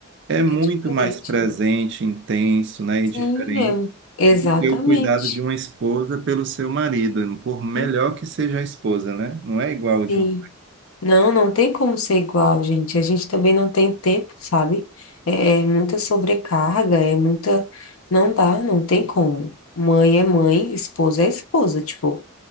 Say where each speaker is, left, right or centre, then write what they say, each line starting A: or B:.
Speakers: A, on the right (about 55°); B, on the left (about 75°).
A: é muito
B: É diferente,
A: mais presente,
B: né?
A: intenso, né, e
B: Sim,
A: diferente
B: é... exatamente.
A: do que o cuidado de uma esposa pelo seu marido, por melhor
B: Hum,
A: que seja a esposa, né? Não é igual o de
B: Sim.
A: uma.
B: Não, não tem como ser igual, gente. A gente também não tem tempo, sabe? É é muita sobrecarga, é muita. Não dá, não tem como. Mãe é mãe, esposa é esposa. Tipo,